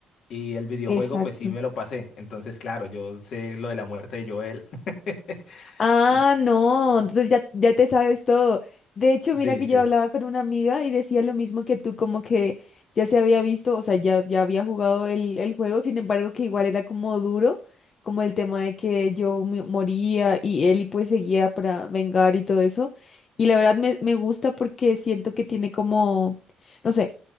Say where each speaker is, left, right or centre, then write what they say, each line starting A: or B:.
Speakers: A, on the left; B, on the left.
A: Y el videojuego,
B: Exacto.
A: pues sí me lo pasé. Entonces, claro, yo sé lo de la muerte de Joel. <laughs>
B: Ah,
A: Y
B: no, entonces ya, ya te sabes todo. De hecho,
A: sí,
B: mira que
A: sí.
B: yo hablaba con una amiga y decía lo mismo que tú, como que ya se había visto, o sea, ya, ya había jugado el, el juego, sin embargo, que igual era como duro, como el tema de que yo me- moría y él y pues seguía para vengar y todo eso. Y la verdad me, me gusta porque siento que tiene como, no sé